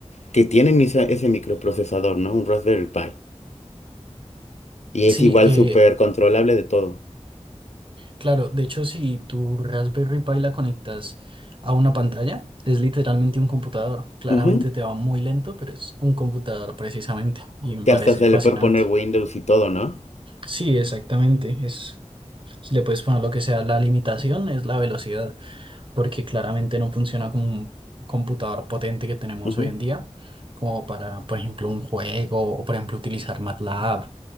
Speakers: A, on the left; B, on the right.
A: que tienen ese, ese microprocesador, ¿no? Un Raspberry Pi. Y
B: Sí,
A: es igual
B: eh,
A: súper controlable de todo.
B: claro. De hecho, si tu Raspberry Pi la conectas a una pantalla, es literalmente un computador. Claramente
A: Ujú.
B: te va muy lento, pero es un computador precisamente. Y me
A: Que
B: parece
A: hasta se
B: fascinante.
A: le puede poner Windows y todo, ¿no?
B: Sí, exactamente. Es, le puedes poner lo que sea. La limitación es la velocidad. porque claramente no funciona con un computador potente que tenemos
A: Ujú,
B: hoy en día, como para, por ejemplo, un juego o, por ejemplo, utilizar MATLAB,